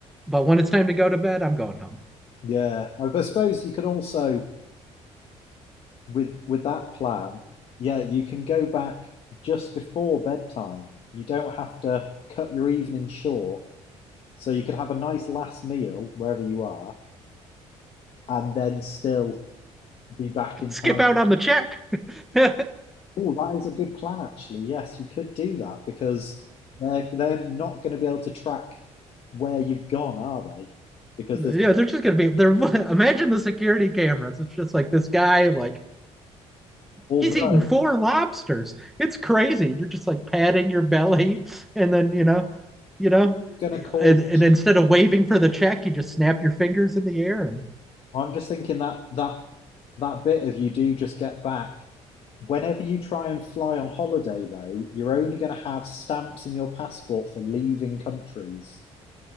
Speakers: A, in the centre; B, on the left.
A: but when it's time to go to bed, I'm going home.
B: Yeah, I I suppose you can also with with that plan, yeah, you can go back just before bedtime. You don't have to cut your evening short, so you could have a nice last meal wherever you are, and then still be back
A: <laughs>
B: in
A: Skip
B: time
A: out on the check. <laughs>
B: Oh, that is a good plan, actually. Yes, you could do that because they're they're not going to be able to track where you've gone, are they? Because
A: Yeah,
B: there's
A: they're just gonna be they're <laughs> imagine the security cameras. It's just like this guy, like
B: although
A: he's eating four lobsters. It's crazy. You're just like patting your belly and then you know, you know,
B: it's going to cause.
A: and, and instead of waving for the check, you just snap your fingers in the air and
B: I'm just thinking that that that bit if you do just get back. Whenever you try and fly on holiday, though, you're only going to have stamps in your passport for leaving countries.